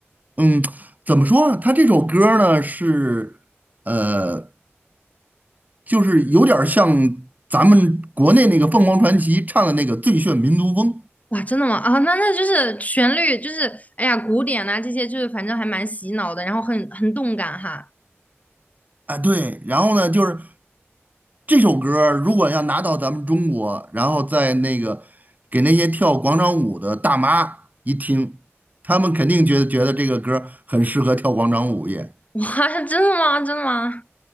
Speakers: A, on the right (about 35°); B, on the left (about 35°).
A: 嗯，怎么说啊？他这首歌儿呢是呃。就是有点儿像咱们国内那个凤凰传奇唱的那个《最炫民族风》
B: 哇，真的吗？啊，那那就是旋律，就是哎呀，古典呐这些就是反正还蛮洗脑的，然后很很动感哈。
A: 啊，对。然后呢，就是这首歌儿如果要拿到咱们中国，然后在那个给那些跳广场舞的大妈一听，他们肯定觉得觉得这个歌儿很适合跳广场舞也。
B: 哇，真的吗？真的吗？